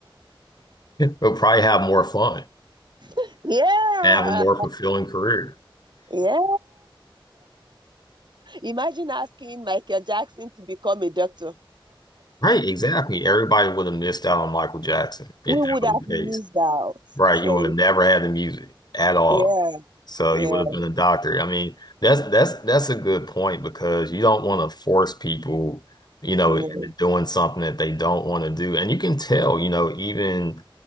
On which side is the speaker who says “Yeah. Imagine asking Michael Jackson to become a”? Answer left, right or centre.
Right